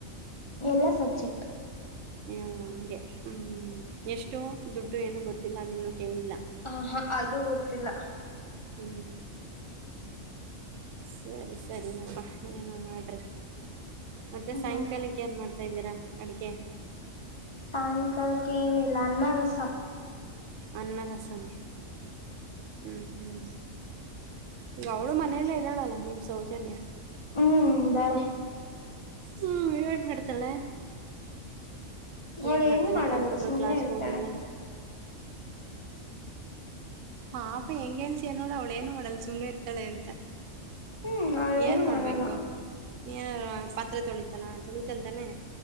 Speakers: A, on the left; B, on the right.
A: ಎಲ್ಲ ಸಬ್ಜೆಕ್ಟ್
B: ಹಂಗೆ ಹ್ಮ್ ಹ್ಮ್ ಹ್ಮ್ ಎಷ್ಟೋ ದುಡ್ಡು ಏನು ಗೊತ್ತಿಲ್ಲ ಅದ ಇನ್ನು ಕೇಳಲಿಲ್ಲ
A: ಹ ಹಾ ಅದು ಗೊತ್ತಿಲ್ಲ
B: ಹ್ಮ್ ಸರಿ ಸರಿನಪ್ಪಾ ಏನೋ ಮಾಡ್ರಿ ಮತ್ತೆ
A: ಹ್ಮ
B: ಸಾಯಂಕಾಲ ಅಕ್ಕೇನು ಮಾಡ್ತಾ ಇದ್ದೀರಾ ಅಡುಗೆ
A: ಸಾಯಂಕಾಲಕ್ಕೆ ಏನಿಲ್ಲ ಅನ್ನರಸಂ
B: ಅನ್ನರಸಂ ಹ್ಮ್ ಹ್ಮ್ ಗೌಳ ಮನೆಯಲ್ಲ ಇದ್ದಾಳಲ್ಲ ನಿಮ ಸೌಜನ್ಯ
A: <unintelligible>
B: ಹ್ಮ ವಿವನ್ ಮಾಡಡತಲ್ಲ
A: ಅವಳು
B: ಏನ್ ಮಾಡ್ತಾನೆ
A: ಏನು ಮಾಡಲ್ಲ
B: ಕಂಪ್ಯೂಟರ್
A: ಸುಮ್ನೆ
B: ಕ್ಲಾಸ್
A: ಇರ್ತಾಳೆ
B: ಹೋಗಿಲ್ಲ ಪಾಪ ಹೆಂಗಗೆ ಹೇಳ್ತಿಯಾ ನೋಡು ಅವಳ ಏನು ಮಾಡಲ್ ಸುಮ್ನೆ ಇರ್ತಳೆ ಅಂತ
A: ಹ್ಮ್ ಅವಳು
B: ಏನ್
A: ಏನು
B: ಮಾಡ್ಬೇಕು
A: ಮಾಡಲ್ಲ
B: ಏನ ಪಾತ್ರೆ ತೊಳಿತಲ ತೊಳಿತಲ್ತಾನೆ